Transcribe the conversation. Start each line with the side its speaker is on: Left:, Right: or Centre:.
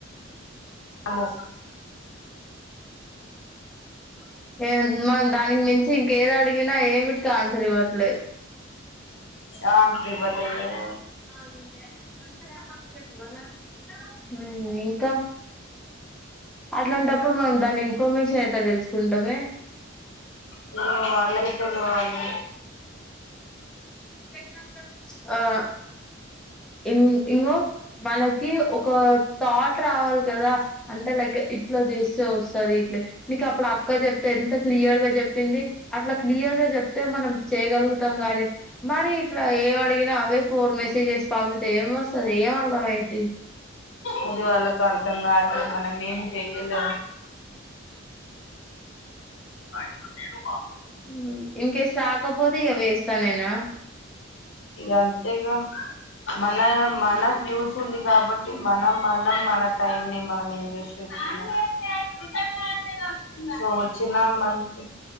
Left: అను
Centre: ఏం మా దానికి మించి ఇంకేది అడిగినా ఏమిటికి ఆన్సర్ ఇవ్వ లేద్
Left: సార్ కి బతిమాలినా
Centre: ఆ అది ఇదే <unintelligible> హ్మ్ ఇంకా అట్లాంటప్పుడు మనం దాని ఇన్ఫర్మేషన్ ఎట్లా తెలుసుకుంటామే
Left: ఏమో వాళ్ళకే తెలవాలి
Centre: తెలిసినంత ఆ ఇన్ ఇగో వాళ్లకి ఒక థాట్ రావాలి కదా అంటే లైక్ ఇట్లా చేస్తే వస్తాది ఇట్లే మీకు అప్పుడు అక్క చెప్తే ఎంత క్లియర్ గా చెప్పింది అట్లా క్లియర్ గా చెప్తే మనం చేయగలుగు తం గాని మరి ఇట్లా ఏం అడిగినా అవే ఫోన్ మెసేజ్ పంపితే ఏం వస్తది ఏం అర్థం అయిద్ది
Left: ఊకె వాళ్లకు అర్థం కాక, మనం ఏం చెప్పినా ఆయన నేను
Centre: హమ్ ఇంకేస్ రాకపోతే ఇగ వేస్ట్ అనే నా
Left: ఇంకా అంతేగా మన మనకు యూస్ ఉంది కాబట్టి మనం మనం మన టైం ని మనం ఇన్వెస్ట్ చేసు <unintelligible> సో వచ్చిన మంత